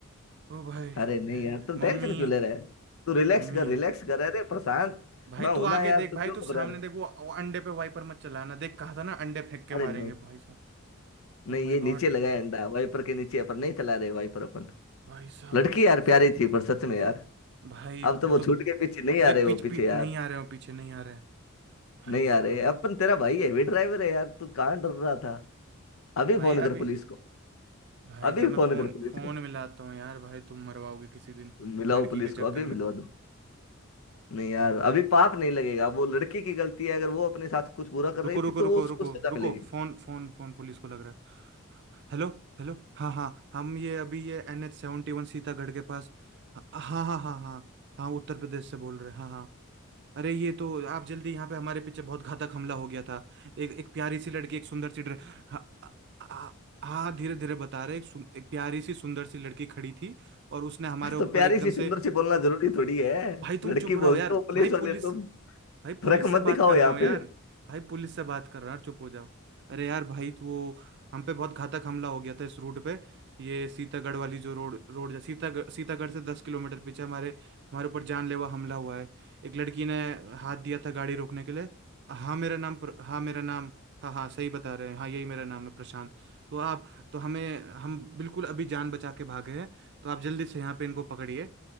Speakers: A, on the right; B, on the left.
A: ओ भाई
B: अरे नहीं यार तुम टेंशन
A: मम्मी
B: क्यों ले रहे है तू रिलैक्स
A: मम्मी
B: कर रिलैक्स कर अरे प्रशांत
A: भाई
B: मैं
A: तू
B: हूं
A: आगे
B: ना यार
A: देख
B: तू
A: भाई
B: क्यों
A: तू सामने
B: घबरा रहे
A: देख वो वो अंडे पे वाइपर मत चलाना देख कहा था ना अंडे फेंक के
B: अरे
A: मारेंगे
B: नहीं
A: भाई साहब ओ
B: नहीं
A: माय
B: ये
A: गॉड
B: नीचे लगा है अंडा वाइपर के नीचे अपन नहीं चला रहे वाइपर अपन
A: भाई साहब
B: लड़की यार प्यारी थी पर सच में यार
A: भाई वो
B: अब तो वो
A: तो
B: छूट के पीछे नहीं आ
A: देख
B: रहे वो
A: पीछ
B: पीछे
A: पी,
B: यार
A: नहीं आ रहे हो पीछे नहीं आ रहे भाई
B: नहीं
A: साहब
B: आ रहे अपन तेरा भाई हैवी ड्राइवर है यार तू कहाँ डर रहा था अभी
A: भाई
B: फोन कर
A: अभी
B: पुलिस को
A: भाई
B: अभी
A: साहब मैं
B: फोन
A: फोन
B: कर पुलिस
A: फोन
B: को
A: मिलाता हूँ यार भाई तुम मरवाओगे किसी दिन
B: मिलाओ
A: लड़की
B: पुलिस
A: के चक्कर
B: को अभी
A: में
B: मिलवा दो नहीं यार अभी पाप नहीं लगेगा वो लड़की की गलती है अगर वो अपने साथ कुछ बुरा कर
A: रुको
B: रही
A: रुको
B: थी तो
A: रुको
B: वो उसको
A: रुको
B: सजा
A: रुको
B: मिलेगी
A: फोन फोन फोन पुलिस को लग रहा है हेलो हेलो हाँ हाँ हम ये अभी ये N H seventy one Sitagarh के पास हाँ हाँ हाँ हाँ हाँ हाँ उत्तर प्रदेश से बोल रहे हैं हाँ हाँ अरे ये तो आप जल्दी यहाँ पे हमारे पीछे बहुत घातक हमला हो गया था एक एक प्यारी सी लड़की एक सुंदर सी ड्रे- हाँ हाँ हाँ धीरे धीरे बता रहे एक, सुन- एक प्यारी सी सुंदर सी लड़की खड़ी थी और उसने हमारे
B: <laughs>
A: ऊपर
B: तो प्यारी
A: एकदम
B: सी
A: से
B: सुंदर सी बोलना जरूरी थोड़ी है
A: भाई तुम
B: लड़की
A: चुप रहो
B: बोल
A: यार
B: दो पुलिस
A: भाई
B: वाले
A: पुलिस
B: तुम
A: भाई पुलिस
B: फर्क
A: से
B: मत
A: बात
B: दिखाओ
A: कर
B: यहाँ
A: रहा हूँ
B: पे
A: यार भाई पुलिस से बात कर रहा हूँ यार चुप हो जाओ अरे यार भाई तो वो हम पे बहुत घातक हमला हो गया था इस रूट पे ये सीतागढ़ वाली जो रोड रोड जा सीतागढ़ सीतागढ़ से दस किलोमीटर पीछे हमारे हमारे ऊपर जानलेवा हमला हुआ है एक लड़की ने हाथ दिया था गाड़ी रोकने के लिए हाँ मेरा नाम प्र- हाँ मेरा नाम हाँ हाँ सही बता रहे हैं हाँ यही मेरा नाम है प्रशांत तो आप तो हमें हम बिल्कुल अभी जान बचा के भागे हैं तो आप जल्दी से यहाँ पे इनको पकड़िए